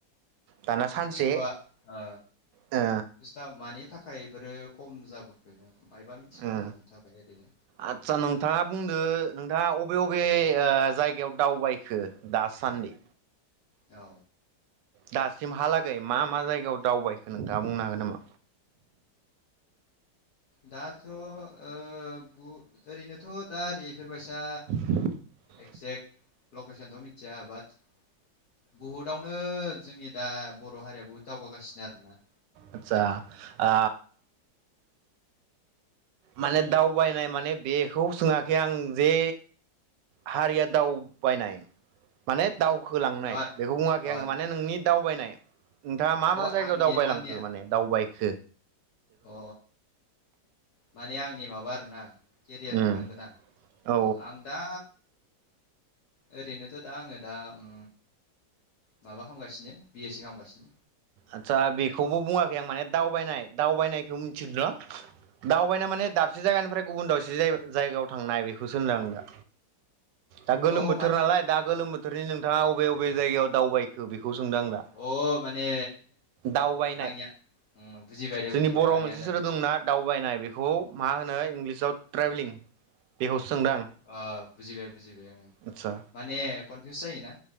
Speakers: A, on the right; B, on the left.
A: दाना सानसे
B: बुस्थुआ ओ
A: ओ
B: बुस्थुआ मानि थाखाय इफोरो खम जाबोखो मायबा मिथिगोन
A: ओ
B: नामा नों थाखाय ओरैनो
A: आदसा नोंथाङा बुंदो नोंथाङा अबे अबे ओ जायगायाव दावबायखो दासान्दि?
B: औ
A: दासिम हालागै मा मा जायगायाव दावबायखो नोंथाङा बुंनो हागोन नामा?
B: दाथ' ओ बु ओरैनोथ' दा ओरि बेफोर बायसा
A: <unintelligible>
B: एक्जेक्ट लकेसनथ' मिथिया बाट बुहुदआवनो जोंनि दा बर' हारियाबो दावगासिनो आरोना
A: आदसा आ माने दावबायनाय माने बेखौ सोङाखै आं जे हारिया दावबायनाय माने दावखोलांनाय
B: नुवा
A: बेखौ बुङाखै
B: अ
A: आङो माने नोंनि दावबायनाय नोंथाङा मा
B: अ
A: मा जायगायाव
B: आंनि
A: दावबायलांखो
B: आंनि
A: माने दावबाय <inaudible>
B: अ माने आंनि माबा? <inaudible> केरियारखो
A: उम
B: होनदों ना
A: औ
B: अ आं दा ओरैनोथ' दा आङो दा उम माबा खालामगासिनो बिए सि खालामगासिनो।
A: आदसा बेखौबो बुङाखै आं माने, दावबायनाय दावबायनायखौ मिथिदों र' दावबायना माने दाबसे जायगानिफ्राय गुबुन दावसे जायगायाव थांनाय। बेखौसो होनदों आं दा। दा गोलोम
B: अ
A: बोथोर
B: माने
A: नालाय दा गोलोम बोथोरनि नोंथाङा अबे अबे बे जायगायाव दावबायखो बे बेखौ सोंदों आं दा
B: अ माने
A: दावबायनाय
B: आंनिया उम बुजिबाय दे
A: जोंनि
B: बुजिबाय
A: बर'
B: आंनि
A: मोनसे
B: आदा
A: सोरो दंना दावबायनाय बेखौ मा इग्लिसाव ट्रेभेलिं सोंदो आं।
B: अ बुजिबाय। बुजिबाय आङो
A: आदसा
B: माने कनफिउस जायो ना?